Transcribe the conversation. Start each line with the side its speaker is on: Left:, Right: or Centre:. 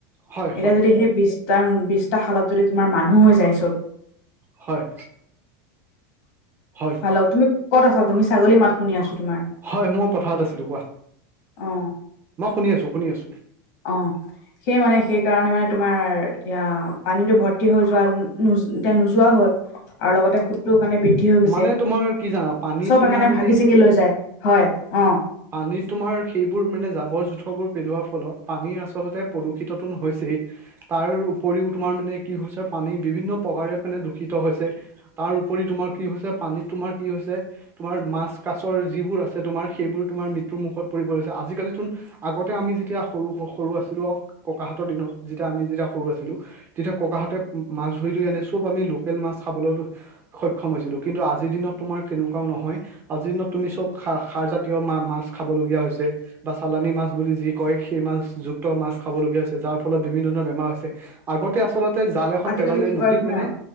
Right: হয়
Left: এতিয়া যদি সেই। বিশটা বিশটা খালত যদি তোমাৰ মানুহ হৈ যাইছো।
Right: হয়।
Left: <inaudible>
Right: হয়
Left: হেল্ ' তুমি কত আছা তুমি ছাগলী মাত শুনি আছো তোমাৰ।
Right: হয় মই পথাৰত আছিলো কোৱা
Left: অঁ।
Right: মই শুনি আছোঁ শুনি আছোঁ।
Left: অ সেই মানে সেইকাৰণে মানে তোমাৰ এতিয়া পানীতটো ভৰ্তি হৈ যোৱা এতিয়া নোযোৱা হ'ল। আৰু লগতে খু। টো কাৰণে বৃদ্ধি হৈ গৈছে
Right: মানে তোমাৰ কি জানা পানীত
Left: চব
Right: তোমাৰ
Left: সে কাৰণে
Right: মানে
Left: ভাগি চাগি লৈ যায় হয় অ।
Right: পানীত তোমাৰ সেইবোৰ মানে জাৱৰ জোঁথৰবোৰ পেলোৱাৰ ফলত পানী আচলতে প্ৰদূষিতটোন হৈছেই। তাৰ উপৰিও তোমাৰ মানে কি হৈছে,। পানী বিভিন্ন প্ৰকাৰে মানে দূষিত হৈছে তাৰ উপৰি তোমাৰ কি হৈছে পানীত তোমাৰ কি হৈছে। তোমাৰ মাছ কাছৰ যিবোৰ আছে তোমাৰ সেইবোৰ তোমাৰ মৃত্যুৰ মুখত পৰিব লৈছে আজিকালিচূণ। আগতে আমি যেতিয়া সৰু সৰু আছিলো ককাহাতৰ দিনত যেতিয়া আমি যেতিয়া সৰু আছিলো। তেতিয়া ককাহঁতে মাছ ধৰি ধৰি আনে চব আমি লোকেল মাছ খাবলৈ ক্ষয়। খম হৈছিলোঁ কিন্তু আজিৰ দিনত তোমাৰ তেনেকুৱাও নহয়। আজিৰ দিনত তুমি চব খা খাৰ জাতীয়া মাছ খাবলগীয়া হৈছে। বা চালানী মাছ বুলি যি কয় সেই মাছ যুক্ত মাছ খাবলগীয়া হৈছে যাৰ ফলত বিভিন্ন ধৰণৰ বেমাৰ হৈছে। আগতে আচলত। তে জাল এখন
Left: আজিকালি
Right: পেলালে
Left: কি কৰে
Right: নদীত
Left: শুনা
Right: মানে